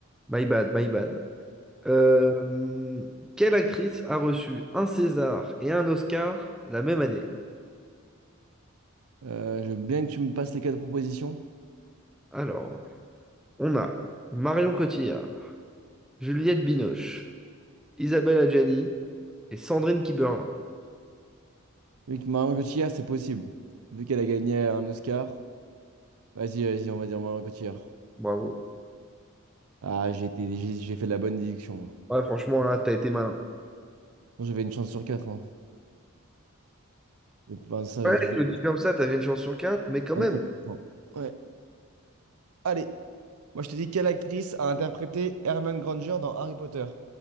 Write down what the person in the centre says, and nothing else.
My bad, my bad. Euh, hum, Quelle actrice a reçu un César et un Oscar la même année?
Alors, on a Marion Cotillard, Juliette Binoche, Isabelle Adjani et Sandrine Kiberlin.
Bravo.
Ouais, franchement, là, t'as été malin.
Ouais,
je le dis comme ça, t'avais une chance sur quatre, mais quand
même.